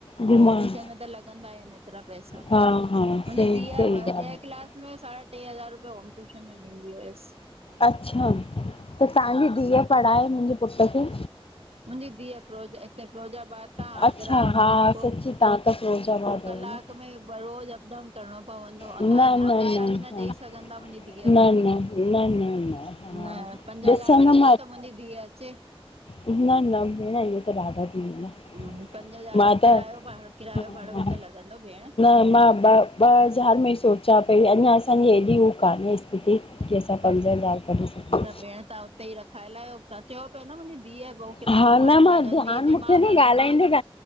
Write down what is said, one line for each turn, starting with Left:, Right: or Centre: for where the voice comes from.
Left: घुमण
Right: होम ट्यूशन में त लॻंदा आयन ऐतरा पैसा।
Left: हा हा
Right: मुंजी
Left: सही
Right: धीया
Left: सही ॻाल्हि
Right: ॾह
Left: आहे
Right: क्लास में साढा टे हज़ार रुपया होम टूशन में ॾींदी होयस।
Left: अच्छा त तांजी धीअ पढ़ाए मुंजे पुट खे।
Right: मुंजी धीय फिरोजा इते फिरोजाबाद आगर
Left: अच्छा हा
Right: उ
Left: सची तव्हां त फिरोजाबाद आहियो
Right: कलाक में रोज़ अप डाउन। करिणो पवंदो आहे,
Left: न
Right: तव्हां
Left: न
Right: हेएतिरा पैसा बि न
Left: हा
Right: ॾेई सघंदा मुंहिंजी धीअ
Left: न
Right: खे। हां,
Left: न न न न हा
Right: पंज हज़ार
Left: ॾिसंदमि
Right: ॾींदा त मुंहिंजी धीउ अचे।
Left: न-न भेण, इहें त ॾाढा थी वेंदा।
Right: पंज हज़ार,
Left: मां
Right: ॿियो
Left: त
Right: किरायो भाड़ो किरायो-
Left: हा हा
Right: भाड़ो बि त लॻंदो भेण।
Left: न, ॿ। ॿ हज़ार में सोचां पई, अञा असांजी एॾी हू कान्हेें। ती की असां
Right: त
Left: पंज हज़ार कढी सघूं।
Right: भेण तव्हां त ई रखाए लायो, त चयो पा न मुंहिंजी धीअ किरायो
Left: हा, न
Right: भाड़ो
Left: न,
Right: कढंदी
Left: ध्यानु मुखे
Right: दिमाग़ु
Left: न
Right: हणंदी
Left: ॻाल्हाईंदव।